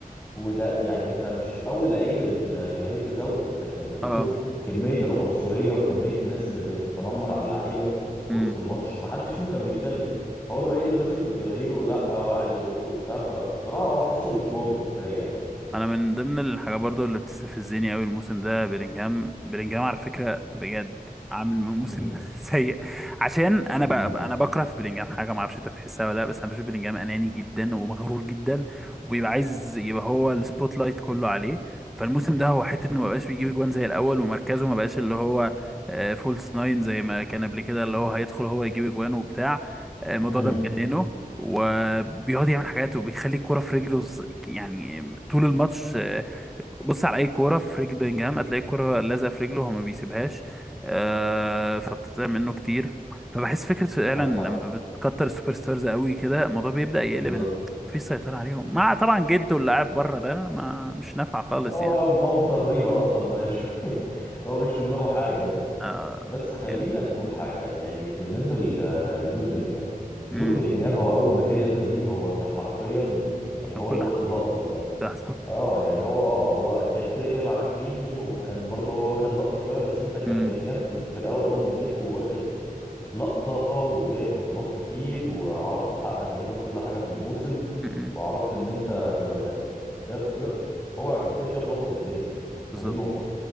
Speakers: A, on the left; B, in the centre.
A: وده يعني انت مش اول لعيب الجماهير تزاوله انت كنت بتشوف
B: اه
A: كميه العنصريه وكميه الناس اللي بتتنمر على اللعيبه في
B: امم
A: وسط الماتش ما حدش فيهم كان بيتكلم هو الوحيد اللي ماسك في الجماهير ولا هو عايز يرد وبتاع فبصراحه هو حاسه مش ناضج كفايه يعني
B: انا من ضمن الحاجات برضو اللي بتستفزني قوي الموسم ده بيلينجهام بيلينجهام على فكره بجد عامل موسم
A: امم
B: <laughs> سيء عشان انا
A: امم
B: ب... انا بكره في بيلينجهام حاجه ما اعرفش انت بتحسها ولا لا بس انا بشوف بيلينجهام اناني جدا ومغرور جدا وبيبقى عايز يبقى هو السبوت لايت كله عليه فالموسم ده هو حته انه ما بقاش بيجيب جوان زي الاول ومركزه ما بقاش اللي هو فولس ناين زي ما كان قبل كده اللي هو هيدخل هو يجيب جوان وبتاع آه، الموضوع
A: امم
B: ده مجننه وبيقعد يعمل حاجات وبيخلي الكوره في رجله ز- يعني طول الماتش آه، بص على اي كوره في رجل بلينجهام هتلاقي الكوره لازقه في رجله هو ما بيسيبهاش آه، فبتضيع منه كتير فبحس فكره فعلا
A: صح
B: لما بتكتر السوبر ستارز قوي كده الموضوع بيبدا يقلب
A: بالظبط
B: ان مفيش سيطره عليهم مع طبعا جده اللي قاعد بره ده ما مش نافع خالص
A: هو
B: يعني
A: هو مطريها اصلا ما يش... <laughs> هو مش في دماغه حاجه يعني.
B: آه،
A: بس خلينا
B: يعني
A: نقول حاجه يعني بالنسبه لجود بلينجهام جود
B: امم
A: بلينجهام هو اول ما جه ريال مدريد هو كان حرفيا يعني
B: كان
A: هو
B: كل
A: اللي واخد
B: حاجه
A: اللقطه كلها
B: احسن
A: اه يعني هو اه هو كان كده كده معاك فيني وكان برضه هو واخد لقطه شويه بس انت كبلينجهام
B: امم
A: كنت في الاول اول ما جيت وواخد لقطة وجايب بطولات كتير وعرفت تحقق تقريبا كل حاجة في الموسم
B: أمم،
A: وعرفت ان انت تبقى الهداف وكده فهو كان كده كده مظبط الدنيا
B: بالظبط
A: فدي نقطة